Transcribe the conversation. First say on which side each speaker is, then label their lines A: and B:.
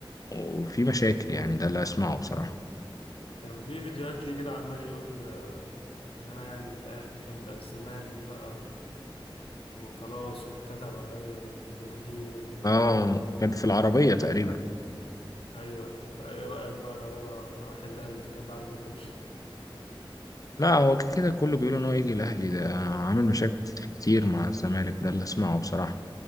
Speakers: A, on the left (about 40°); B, on the left (about 80°).
A: وفي مشاكل يعني ده اللي اسمعه بصراحة
B: كان في فيديوهات ليه كده عمال يقول آه، إن أنا يعني الأهلي الزمالك بقى و- وخلاص واتكتب عليا والجماهير والمعجبين
A: اه كان في العربية تقريبا
B: ايوه فايه رايك بقى لو هو راح الاهلي في- بعد ده كله
A: لا هو كده كله بيقولوا ان هو يجي الاهلي ده عامل مشاكل كتير مع الزمالك ده اللي اسمعه بصراحة